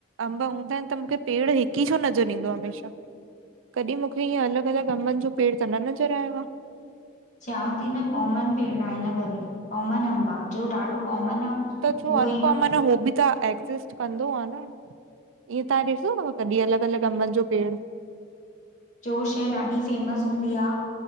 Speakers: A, on the right; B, on the left.
A: अंब अलग हूंदा आहिनि त मूंखे पेड़ हिकु ई छो नज़र ईंदो आ हमेशा। कॾहिं मूंखे इअं अलगि, अलॻि अंबनि जो पेड़ त नज़र न आयो आ।
B: चयवां थी न कॉमन पेड़ आ हिन करे कॉमन अंब आ जो ॾाढो। कॉमन आ
A: त।
B: उहो
A: जाे अन
B: ई
A: कोमन आ हाे भी। त एक्ज़िस्ट कंदो आ न इअं तव्हां ॾिठो अथव कॾहिं अलॻि, अलॻि अंबनि जो पेड़?
B: जो शइ ॾाढी फेमस हूंदी आ।